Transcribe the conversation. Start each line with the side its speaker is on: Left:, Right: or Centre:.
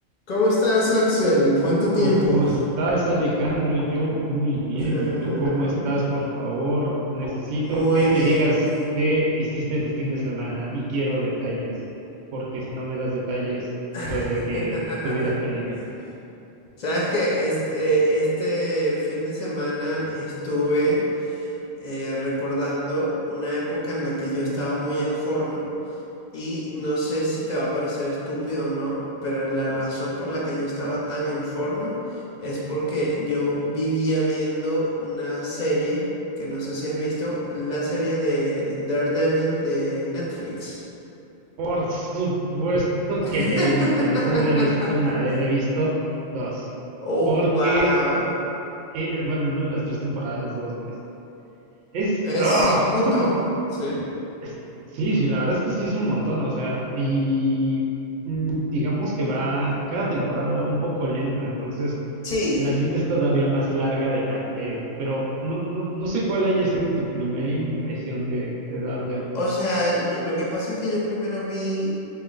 Left: ¿Cómo estás, Axel? ¿Cuánto tiempo?
Right: ¿Cómo estás, Alejandro? Yo muy bien.
Left: <laughs>
Right: ¿Y tú cómo estás? Por favor, necesito
Left: Muy
Right: que me
Left: bien.
Right: digas qué hiciste en tu fin de semana y quiero detalles, porque si no me das detalles,
Left: <laughs>
Right: puede que tu vida peligre.
Left: Sabes que este, eh, este fin de semana estuve eh, recordando una época en la que yo estaba muy en forma Y no sé si te va a parecer estúpido o no, pero la razón por la que yo estaba tan en forma es porque yo vivía viendo una serie que no sé si has visto, la serie de Daredevil de Netflix.
Right: Por supuesto
Left: <laughs>
Right: que le he visto, y no solo le he visto una vez, le he visto dos,
Left: Oh,
Right: porque,
Left: wow.
Right: eh, bueno, al menos las tres temporadas dos veces. Es,
Left: Es
Right: ¡ah!
Left: un
Right: es
Left: montón,
Right: un
Left: ¿sí?
Right: Es- sí, sí, la verdad es que sí es un montón, o sea, y mm, digamos que va, cada temporada va un poco lento, entonces
Left: Sí.
Right: la sientes todavía más larga de la que, es, pero no, no, no sé cuál haya sido tu primera impresión de, de Daredevil.
Left: O sea, y- lo que pasa es que yo primero vi,